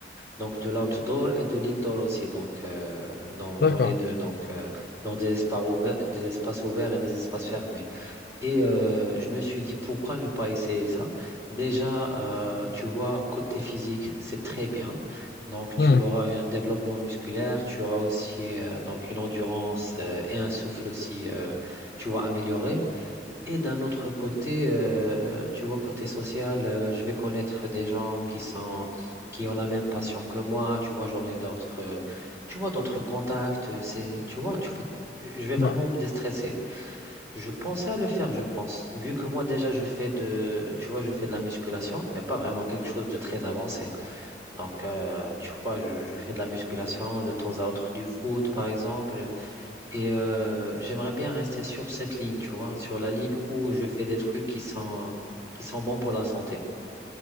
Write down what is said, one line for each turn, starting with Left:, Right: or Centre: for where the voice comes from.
Right: Donc de l'outdoor et de l'indoor aussi, donc euh, dans,
Left: D'accord.
Right: dans les deux, donc euh, dans des espaces ouverts, des espaces ouverts et des espaces fermés. Et euh, je me suis dit pourquoi ne pas essayer ça? Déjà, euh, tu vois, côté physique, c'est très bien. Donc tu
Left: Hmm.
Right: auras un développement musculaire, tu auras aussi euh, donc une endurance euh, et un souffle aussi, euh, tu vois, amélioré. Et d'un autre côté, euh, tu vois, côté social, euh, je vais connaître des gens qui sont, qui ont la même passion que moi. Tu vois, j'aurai d'autres, euh, tu vois, d'autres contacts. euh, C'est, tu vois, tu vois, je vais vraiment
Left: Ouais.
Right: me déstresser. Je pensais à le faire, je pense, vu que moi déjà je fais de, tu vois, je fais de la musculation, mais pas vraiment quelque chose de très avancé. Donc, euh, tu vois, je, je fais de la musculation de temps à autre, du foot, par exemple. Et euh, j'aimerais bien rester sur cette ligne, tu vois, sur la ligne où je fais des trucs qui sont, qui sont bons pour la santé.